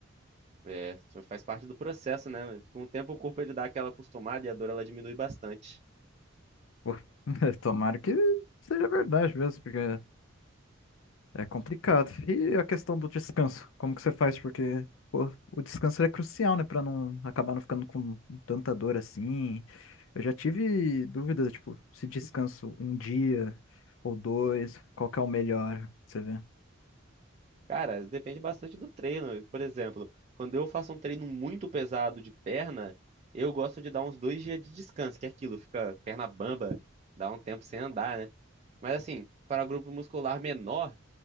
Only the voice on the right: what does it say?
É, faz parte do processo, né? Com o tempo o corpo ele dá aquela acostumada e a dor ela diminui bastante.
Cara, depende bastante do treino. Por exemplo, quando eu faço um treino muito pesado de perna, eu gosto de dar uns dois dias de descanso, que é aquilo, fica perna bamba, dá um tempo sem andar, né? Mas assim, para grupo muscular menor,